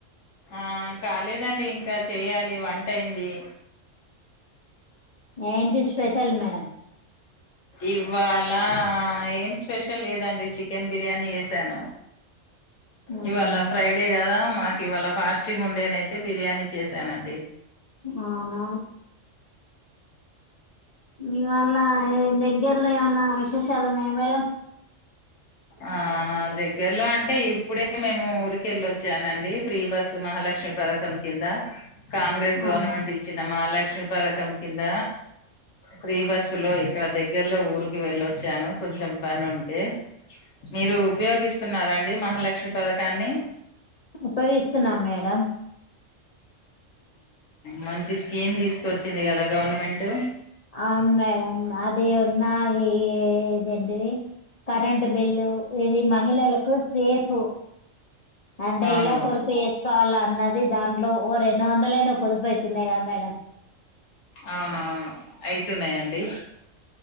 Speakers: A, on the left; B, on the left.
A: ఆ కాలేదండి ఇంకా చెయ్యాలి వంట అయింది
B: ఏంటి స్పెషల్ మేడం
A: ఇవ్వాల ఏం స్పెషల్ లేదండి చికెన్ బిర్యానీ చేసాను
B: అవునా
A: ఇవాల ఫ్రైడే కదా మా ఇవాళ ఫాస్టింగ్ ఉండేనయితే బిర్యానీ చేశానండి
B: అ నా ఇవల్ళ దగ్గర్లో ఏమన్నా విశేషాలున్నాయా మేడం
A: ఆ దగ్గరలో అంటే ఇప్పుడే మేము ఉఊరికి ెళ్ళొచ్చానండి ఫ్రీ బస్సు మహాలక్ష్మి పథకం కింద కాంగ్రెస్ గవర్నమెంట్
B: అవునా
A: ఇచ్చినమా అలాగే లక్ష్మీ పథకం కింద ప్రీ బస్సు లో ఇక్కడ దగ్గరలో ఊరికి వెళ్ళొచ్చాను కొంచెం పని ఉంటే మీరు ఉపయోగిస్తున్నండి మహాలక్ష్మి పథకాన్ని
B: ఉపయోగిస్తున్నాం మేడం
A: మంచి స్కీమ్ తీసుకొచ్చింది కదా గవర్నమెంట్
B: అవును మేడంమ్ అదే ఉన్నా ఇదేంటిది కరెంటు బిల్లు ఇది మహిళలకు సేఫ్ అంటే
A: అవును
B: ఇలా పొదుపు వేసుకోవాలంట అన్నది దాంట్లో ఓ రెండు వందల అయినా పొదుపు అయితుంది కదా మేడం
A: అవునవును అయితున్నాయంండి